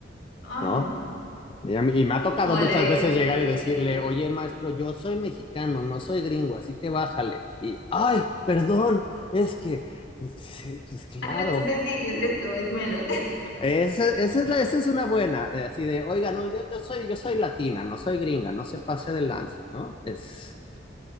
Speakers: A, on the left (about 85°); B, on the left (about 30°).
A: Ah,
B: ¿no? Y, a mí- y me ha tocado
A: como
B: muchas
A: le dices,
B: veces llegar
A: precio
B: y decirle,
A: gringo.
B: oye, maestro, yo soy mexicano, no soy gringo, así que bájale. Y, ay, perdón, es que, sí, sí, pues claro,
A: Ah, no, entonces sí, es esto, es menos.
B: esa, esa es la, esa es una buena, eh, así de, oiga, no, yo, yo soy, yo soy latina, no soy gringa, no se pase de lanza, ¿no? Es,